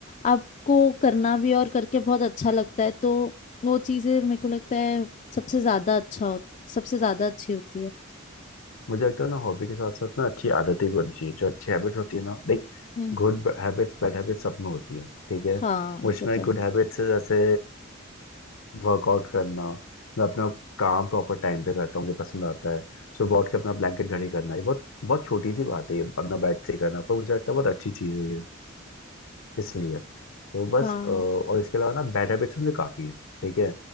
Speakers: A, on the left; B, on the left.
A: आपको करना भी और करके बहुत अच्छा लगता है तो वो चीजें मेरे को लगता है सबसे ज्यादा अच्छा हो सबसे ज्यादा अच्छी होती है
B: मुझे लगता है ना हॉबी के साथ साथ ना अच्छी आदतें भी होनी चाहिए जो अच्छी हैबिट्स होती है ना like
A: हम्म
B: good habits bad habits सब में होती है ठीक है
A: हाँ
B: मुझमें
A: वो तो है
B: गुड हैबिट्स है जैसे वर्कआउट करना मैं अपना काम प्रॉपर टाइम पे करता हूँ मुझे पसंद आता है सुबह उठ के अपना ब्लैंकेट घड़ी करना ये बहुत बहुत छोटी सी बात है ये अपना बेड से करना पर मुझे लगता है बहुत अच्छी चीज़ है ये इसलिए तो बस
A: हाँ
B: अ, और इसके अलावा ना बैड हैबिट्स मुझे काफ़ी है ठीक है